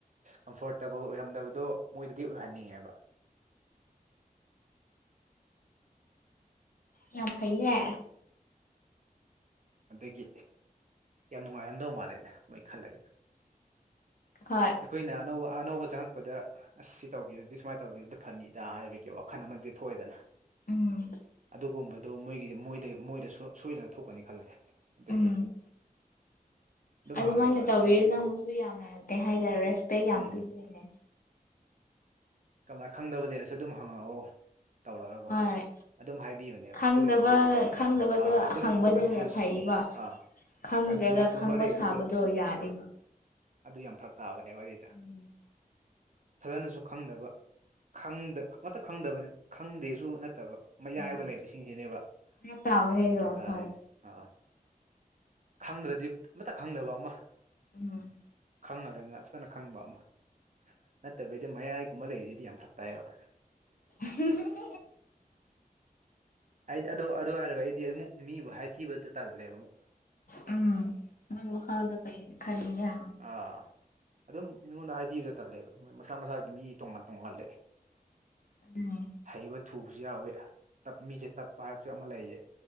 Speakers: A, on the right (about 55°); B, on the left (about 65°).
A: ꯀꯝꯐꯣꯔꯇꯦꯕꯜ ꯑꯣꯏꯔꯝꯗꯕꯗꯣ ꯃꯣꯏꯗꯗꯤ ꯑꯣꯏꯍꯟꯅꯤꯡꯉꯦꯕ
B: ꯌꯥꯝ ꯐꯩꯅꯦ
A: ꯑꯗꯒꯤ ꯌꯥꯝ ꯅꯨꯡꯉꯥꯏꯔꯝꯗꯧ ꯃꯥꯜꯂꯦꯗ ꯃꯣꯏ ꯈꯜꯂꯒ
B: ꯍꯣꯏ
A: ꯑꯩꯈꯣꯏꯅ ꯑꯅꯧꯕ ꯑꯅꯧꯕ ꯆꯪꯉꯛꯄꯗ ꯑꯁ ꯁꯤ ꯇꯧꯕꯤꯔꯗꯤ ꯁꯨꯃꯥꯏꯅ ꯇꯧꯕꯤꯔꯗꯤ ꯐꯅꯤꯗ ꯍꯥꯏꯕꯒꯤ ꯋꯥꯈꯜ ꯑꯃꯗꯤ ꯊꯣꯛꯑꯦꯗꯅ
B: ꯎꯝ
A: ꯑꯗꯨꯒꯨꯝꯕꯗꯣ ꯃꯣꯏꯒꯤ ꯃꯣꯏ ꯃꯣꯏꯗ ꯁꯣꯏꯗꯅ ꯊꯣꯛꯀꯅꯤ ꯈꯜꯂꯦ ꯑꯗꯨꯒꯤ
B: ꯎꯝ
A: ꯑꯗꯨꯝ
B: ꯑꯗꯨꯃꯥꯏꯅ
A: ꯍꯪꯉꯦꯕ
B: ꯇꯧꯕꯤꯔ
A: ꯅꯪ
B: ꯅꯪꯕꯨꯁꯨ ꯌꯥꯝꯅ ꯀꯩ ꯍꯥꯏꯇꯥꯔꯦ ꯔꯦꯁꯄꯦꯛ ꯌꯥꯝꯅ
A: ꯎꯝ
B: ꯄꯤꯗꯣꯏꯅꯦ
A: ꯎꯝ ꯀꯃꯥꯏꯅ ꯈꯪꯗꯕ ꯂꯩꯔꯁꯨ ꯑꯗꯨꯝ ꯍꯪꯉꯛꯑꯣ ꯇꯧꯔꯛꯒꯀꯣ
B: ꯍꯣꯏ
A: ꯑꯗꯨꯝ ꯍꯥꯏꯕꯤꯕꯅꯦꯕ
B: ꯈꯪꯗꯕ
A: ꯁꯣꯏꯔꯁꯨ
B: ꯈꯪꯗꯕꯗꯣ
A: ꯑꯥ ꯑꯗꯨꯝ
B: ꯍꯪꯕꯗꯨꯅ
A: ꯀꯟꯐ꯭ꯌꯨꯁ
B: ꯐꯩꯕ
A: ꯑꯥ
B: ꯈꯪꯗ꯭ꯔꯒ
A: ꯀꯟꯐ꯭ꯌꯨꯁꯀꯨꯝꯕ
B: ꯈꯪꯕ
A: ꯂꯩꯔꯁꯨ
B: ꯁꯥꯕꯗꯣ ꯌꯥꯗꯦꯕ
A: ꯑꯗꯨ ꯌꯥꯝ ꯐꯔꯛ ꯇꯥꯕꯅꯦꯕ ꯑꯗꯨꯗ
B: ꯎꯝ
A: ꯐꯖꯅꯁꯨ ꯈꯪꯗꯕ ꯈꯪꯗ ꯈꯪꯗꯕ ꯈꯪꯗꯦꯁꯨ ꯅꯠꯇꯕ ꯃꯌꯥꯏꯗ
B: ꯑꯥ
A: ꯂꯩꯕꯁꯤꯡꯁꯤꯅꯦꯕ
B: ꯐꯔꯛ ꯇꯥꯕꯅꯦ
A: ꯌꯥꯝ
B: ꯑꯗꯣ
A: ꯐꯔꯛ ꯇꯥꯔꯦ
B: ꯍꯣꯏ
A: ꯑꯥ ꯈꯪꯗ꯭ꯔꯗꯤ ꯑꯃꯠꯇ ꯈꯪꯗꯕ ꯑꯃ
B: ꯎꯝ
A: ꯈꯪꯉꯒ ꯉ ꯐꯖꯅ ꯈꯪꯕ ꯑꯃ ꯅꯠꯇꯕꯤꯗ ꯃꯌꯥꯏ ꯀꯨꯝꯕ ꯂꯩꯔꯤꯁꯤꯗꯤ ꯌꯥꯝ ꯐꯔꯛ ꯇꯥꯏꯑꯦꯕ
B: ꯍꯝ
A: ꯑꯩꯗꯤ ꯑꯗꯣ ꯑꯗꯨ ꯍꯥꯏꯔꯒ ꯑꯩꯗꯤ ꯑꯃꯨꯛ ꯃꯤꯕꯨ ꯍꯥꯏꯊꯤꯕꯗꯨ ꯇꯜꯂꯦꯕ ꯑꯃꯨ
B: ꯎꯝ ꯍꯜꯗ ꯄꯩ ꯈꯗꯤ ꯌꯥ
A: ꯑꯥ ꯑꯗꯨꯝ ꯃꯤꯉꯣꯟꯗ ꯍꯥꯏꯊꯕꯗ ꯆꯜꯂꯦꯕ ꯃꯁꯥ ꯃꯁꯥꯒꯤ ꯃꯤ ꯇꯣꯉꯥꯟ ꯇꯣꯉꯥꯜꯂꯦ
B: ꯑꯗꯨꯅꯦ
A: ꯍꯩꯕ ꯊꯨꯕꯁꯨ ꯌꯥꯎꯋꯤꯞ ꯃꯤꯁꯦ ꯇꯞꯄ ꯍꯥꯏꯕꯁꯨ ꯑꯃ ꯂꯩꯌꯦ